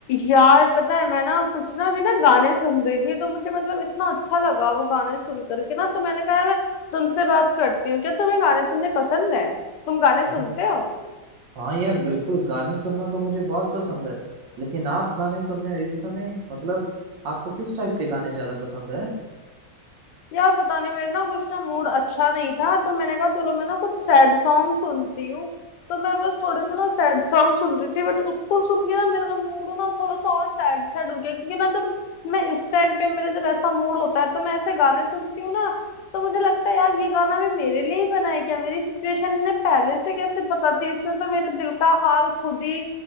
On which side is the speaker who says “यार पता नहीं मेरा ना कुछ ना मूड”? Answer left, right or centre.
Left